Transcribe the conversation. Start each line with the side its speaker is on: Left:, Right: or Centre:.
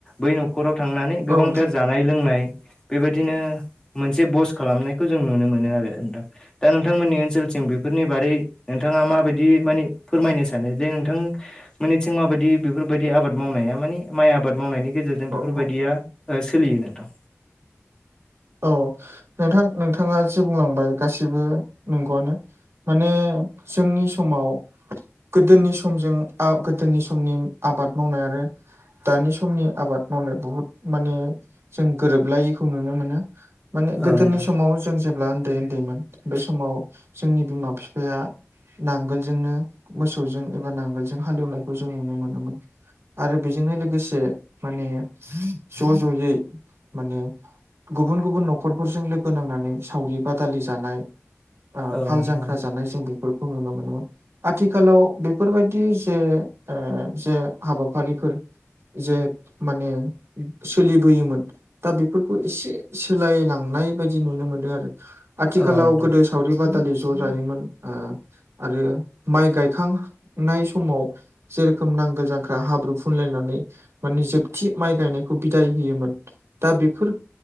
Left: बै न'खराव थांनानै गोबांथार
Right: औ नोंथां
Left: जानाय लोंनाय बेबायदिनो मोनसे बस खालामनायखौ जों नुनो मोनो आरो नोंथां दा नोंथांमोननि ओनसोलथिं बेफोरनि बारै नोंथांङा माबायदि माने फोरमायनो सानो जे नोंथां मोननैथिं माबायदि बेफोरबायदि आबाद मावनाया मानि माइ आबाद मावनायनि गेजेरजों जों
Right: औ
Left: बेफोरबायदिया
Right: औ
Left: ओ सोलियो नोंथां।
Right: औ नोंथां नोंथांङा जे बुंलांबाय गासिबो नंगौआनो। माने जोंनि समाव गोदोनि समजों आ गोदोनि समनि आबाद मावनाय आरो दानि समनि आबाद मावनाय बुहुद माने जों गोरोबलायैखौ नुनो मोनो। माने
Left: औ
Right: गोदोनि
Left: नोंथां
Right: समाव जों जेब्ला ओन्दै ओन्दैमोन बे समाव जोंनि बिमा बिफाया नांगोलजोंनो मोसौजों एबा नांगोलजों हालेवनायखौ जों नुनो मोनोमोन। आरो बेजोंनो लोगोसे माने ज' ज'यै माने गुबुन गुबुन न'खरफोरजों लोगो नांनानै सावरि बादालि जानाय ओ
Left: औ
Right: हाल
Left: नोंथां
Right: जांख्रा जानाय जों बेफोरखौ नुनो मोनोमोन। आथिखालाव बेफोरबायदि जे ओ जे हाबाफारिफोर जे माने सोलिबोयोमोन दा बेफोरखौ एसे सोलायलांनाय बायदि नुनो मोनदों आरो आथिखालाव
Left: औ नोंथां
Right: गोदो सावरि बादालि ज' जायोमोन ओ आरो माइ गायखां नाय समाव जेरोखोम नांगोल जांख्रा हाब्रु फुनलायनानै माने जोबथि माइ गायनायखौ बिदाय होयोमोन दा बेफोर